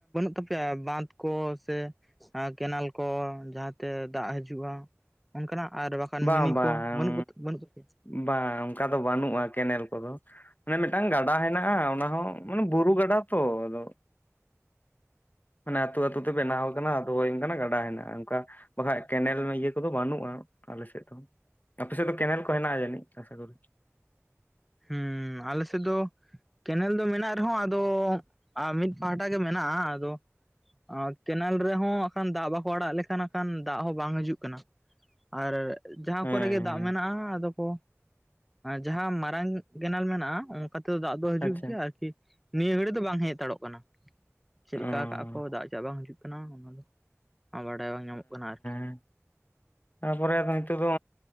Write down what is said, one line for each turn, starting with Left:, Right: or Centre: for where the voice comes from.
Centre: ᱛᱟᱯᱮᱭᱟ ᱵᱟᱸᱫᱽ ᱠᱚ ᱥᱮ ᱠᱮᱱᱟᱞᱼᱼ ᱠᱚ ᱡᱟᱦᱟᱸ ᱛᱮ ᱫᱟᱜ ᱦᱤᱡᱩᱜᱼᱟ ᱚᱱᱠᱟᱱᱟᱜ ᱟᱨ ᱵᱟᱠᱷᱟᱱ
Left: ᱵᱟᱝ
Centre: ᱢᱤᱱᱤ
Left: ᱵᱟᱝ
Centre: ᱠᱚ ᱵᱟᱹᱱᱩᱜ ᱠᱚ ᱵᱟᱹᱱᱩᱜ ᱛᱟᱯᱮᱭᱟ
Left: ᱵᱟᱝ ᱚᱱᱠᱟ ᱫᱚ ᱵᱟᱹᱱᱩᱜᱼᱟ ᱠᱮᱱᱮᱞ ᱠᱚ ᱫᱚ ᱢᱮᱱ ᱠᱷᱟᱱ ᱜᱟᱰᱟ ᱦᱮᱱᱟᱜᱼᱟ ᱚᱱᱟ ᱦᱚᱸ ᱢᱟᱱᱮ ᱵᱩᱨᱩ ᱜᱟᱰᱟ ᱛᱚ ᱟᱫᱚᱼᱼ ᱢᱟᱱᱮ ᱟᱹᱛᱩ ᱟᱹᱛᱩ ᱛᱮ ᱵᱮᱱᱟᱣ ᱟᱠᱟᱱᱟ ᱚ ᱚᱱᱠᱟᱱᱟᱜ ᱜᱟᱰᱟ ᱦᱮᱱᱟᱜᱼᱟ ᱚᱱᱠᱟ ᱵᱟᱠᱷᱟᱡ ᱠᱮᱱᱮᱞ ᱤᱭᱟᱹ ᱠᱚᱫᱚ ᱵᱟᱹᱱᱩᱜᱼᱟ ᱟᱞᱮ ᱥᱮᱫ ᱫᱚᱼᱼ ᱟᱯᱮ ᱥᱮᱫ ᱫᱚ ᱠᱮᱱᱮᱞ ᱠᱚ ᱦᱮᱱᱟᱜᱼᱟ ᱡᱟᱹᱱᱤᱡ ᱟᱥᱟ ᱠᱚᱨᱤ᱾
Centre: ᱦᱩᱸᱻ ᱟᱞᱮ ᱥᱮᱫ ᱫᱚᱼᱼ ᱠᱮᱱᱮᱞ ᱫᱚ ᱢᱮᱱᱟᱜ ᱨᱮᱦᱚᱸ ᱟᱫᱚ ᱢᱤᱫ ᱯᱟᱦᱴᱟ ᱜᱮ ᱢᱮᱱᱟᱜᱼᱟ ᱟᱫᱚ ᱟᱨ ᱠᱮᱱᱟᱞ ᱨᱮᱦᱚᱸ ᱠᱷᱟᱱ ᱫᱟᱜ ᱵᱟᱠᱚ ᱟᱲᱟᱜ ᱞᱮᱠᱷᱟᱱ ᱠᱷᱟᱱ ᱫᱟᱜ ᱦᱚᱸ ᱵᱟᱝ ᱦᱤᱡᱩᱜ ᱠᱟᱱᱟ ᱾ ᱟᱨ ᱡᱟᱦᱟᱸ
Left: ᱦᱮᱸ
Centre: ᱠᱚᱨᱮ ᱜᱮ
Left: ᱦᱮᱸ
Centre: ᱫᱟᱜ ᱢᱮᱱᱟᱜᱼᱟ ᱟᱫᱚ ᱠᱚ ᱡᱟᱦᱟᱸ ᱢᱟᱨᱟᱝ ᱠᱮᱱᱟᱞ ᱢᱮᱱᱟᱜᱼᱟ ᱚᱱᱠᱟ ᱛᱮᱫᱚ ᱫᱟᱜ ᱫᱚ ᱦᱤᱡᱩᱜ
Left: ᱟᱪᱪᱷᱟ
Centre: ᱜᱮᱭᱟ ᱟᱨᱠᱤ ᱱᱤᱭᱟᱹ ᱜᱷᱟᱹᱲᱤᱡ ᱫᱚ ᱵᱟᱝ ᱦᱮᱡ ᱦᱟᱛᱟᱲᱚᱜ ᱠᱟᱱᱟ ᱾ ᱪᱮᱫ ᱞᱮᱠᱟ
Left: ᱚ
Centre: ᱠᱟᱜ-ᱟ ᱠᱚ ᱫᱟᱜ ᱪᱟᱜ ᱵᱟᱝ ᱦᱤᱡᱩᱜ ᱠᱟᱱᱟ ᱚᱱᱟ ᱫᱚ ᱵᱟᱰᱟᱭ ᱵᱟᱝ ᱧᱟᱢᱚᱜ ᱠᱟᱱᱟ ᱟᱨᱠᱤ ᱾
Left: <inaudible> ᱛᱟᱯᱚᱨᱮ ᱟᱫᱚ ᱱᱤᱛᱚᱜ ᱫᱚ